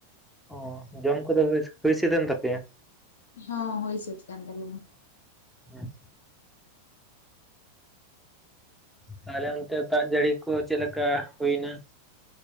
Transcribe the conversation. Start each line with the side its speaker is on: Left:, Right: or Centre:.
Centre: ᱚ ᱡᱚᱢ ᱠᱚᱫᱚ ᱦᱩᱭ ᱦᱩᱭ ᱥᱹᱫ ᱮᱱ ᱛᱟᱯᱮᱭᱟ?
Left: ᱦᱚᱸ ᱦᱩᱭ ᱥᱟ. ᱛ ᱠᱟᱱ ᱛᱟᱞᱮᱭᱟ᱾
Centre: ᱦᱮᱸ᱾ ᱛᱟᱦᱚᱞᱮ ᱚᱱᱛᱮ ᱫᱟᱜ ᱡᱟᱹᱲᱤ ᱠᱚ ᱪᱮᱫ ᱞᱮᱠᱟ ᱦᱩᱭᱱᱟ᱾